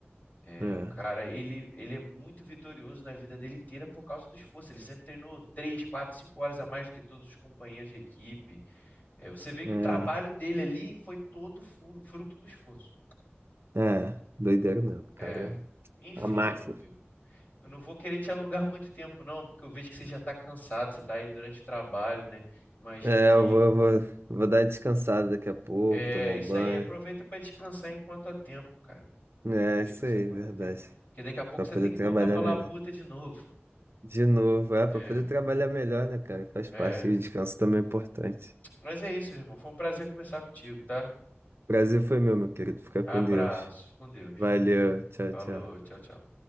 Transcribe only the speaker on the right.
É,
é,
é. Doideira mesmo, cara.
A máquina.
É,
eu vou, eu vou, vou dar uma descansada daqui a pouco,
tomar um
banho.
É,
isso aí,
verdade.
Pra
poder
trabalhar
melhor.
De novo, é,
pra poder trabalhar melhor, né, cara? Faz
parte, o descanso também é importante.
Prazer foi meu, meu querido. Fica
com Deus.
Valeu, tchau,
tchau.